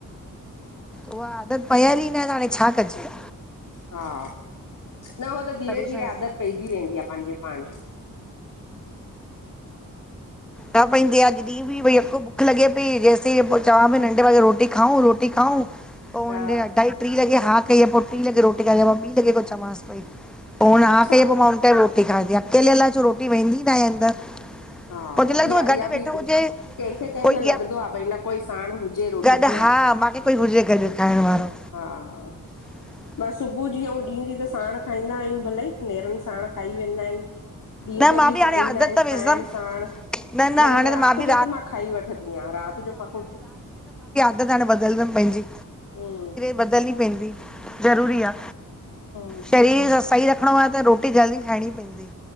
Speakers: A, in the centre; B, on the left.
A: उहा आदत पयल ई न त हाणे छा कजे।
B: हा न हो त धीरे
A: परेशान
B: धीरे आदत पइजी वेंदी आ पंहिंजे पाड़े।
A: न पेंअदी आ दीदी। बि भई यको भुख लॻे पई जेसे पो चवां पई नंढे वे रोटी खाऊं रोटी खाऊं। पो हुने
B: हा
A: अढाई टी लॻे हा कई पो टीं लॻे रोटी खाई मां ॿीं लॻे को चमांस पई। पो हुन हा
B: अच्छा
A: कई पो मां हुन टाइम रोटी खादी अकेले आलाए छो रोटी वेंदी न आहे अंदर।
B: हा
A: मूंखेे लॻंदो
B: इहा
A: गॾ
B: इहा बि
A: वेठो
B: हिकड़ी
A: हुजे।
B: कंहिंखे कंहिंखे
A: कोई इअं
B: लॻदो आ भई न कोई साण हुजे रोटी
A: गॾु
B: खाएण!
A: हा मूंखे कोई हुजे गॾु खाइण वारो
B: हा
A: <inaudible>
B: ॿ सुबुह जी अंऊँ ॾींहं जी त साण खाईंदा आहियूं भलेई, नेरनि साण खाई वेंदा आहिनि ॾींह
A: न
B: जो
A: मां
B: बि स
A: हाणे
B: ईंदा
A: आदत
B: आहिनि
A: त
B: खाइण
A: विझंदमि
B: साण
A: न न
B: लेकिन
A: हाणे त
B: राति
A: बि
B: जो त मां खाई वठंदी आहियां राति जो मां को
A: बस हाणे बदिलंदमि पंहिंजी
B: कोन्हे
A: बदलनी पईंदी, ज़रूरी आ
B: हम्म
A: शरीर स सही रख रखिणो आहे त रोटी जल्दी खाइणी पेईंदी